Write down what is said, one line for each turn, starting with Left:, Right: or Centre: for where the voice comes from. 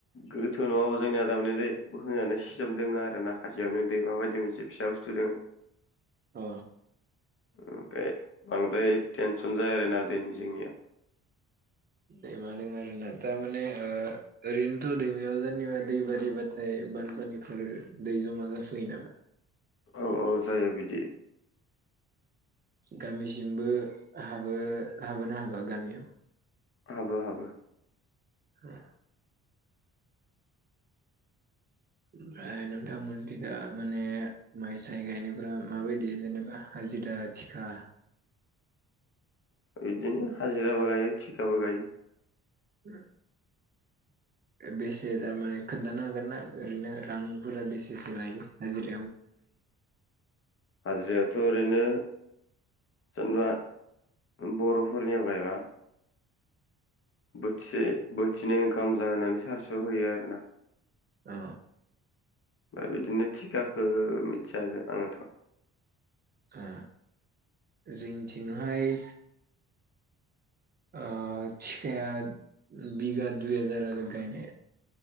Left: गोथौ नङाबो जोंनिया दा माने दै बोखांजानाय सिजोम दोङो आरो नाखाजियावनो दैमाबायदि मोनसे फिसा सुथुदों
Right: अ
Left: ओमफाय बांद्राय टेनसन जाया आरोना दैैनि जोंनिया
Right: दैमा दोङो आरोना तारमाने ओ ओरैनोथ' दैमायाव जे सोरनिबा दै बारिबाथाय बानफानिफोर दै जमा जाफैयो नामा
Left: औ औ जायो बिदि
Right: गामिसिमबो हाबो हाबोना हाबा गामियाव
Left: हाबो हाबो
Right: ओम <inaudible> ओमफ्राय नोंथा मोनथिं दा माने माइ साय गायनायफोया माबायदि जेनेबा हाजिरा आ थिखा
Left: बिदिनो हाजिराबो गायो थिखाबो गायो
Right: ओम बेसे थारमाने खोन्थानो हागोन ना ओरैनो रांफोरा बेसेसो लायो हाजिरा
Left: हाजिरायाथ' ओरैनो जेनेबा बर'फोरनि आव गायबा बोथिसे बोथिनै ओंखाम जाहोनानै सारिस' होयो आरोना
Right: अ
Left: ओमफ्राय बिदिनो थिखाखौ मिथिया जों आङोथ'
Right: आ जोंथिंहाय ओ थिखाया बिगा दुइ हाजार गायनाया